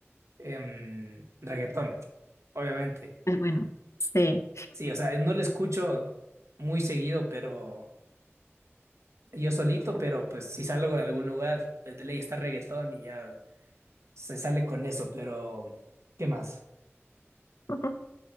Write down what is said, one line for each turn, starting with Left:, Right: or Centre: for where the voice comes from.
Right: em, reggaetón, obviamente.
Left: Pues bueno, sí.
Right: Sí, o sea, no lo escucho muy seguido, pero yo solito, pero pues si salgo de algún lugar, pues de ley está reggaetón y ya se sale con eso, pero ¿qué más?
Left: <laughs>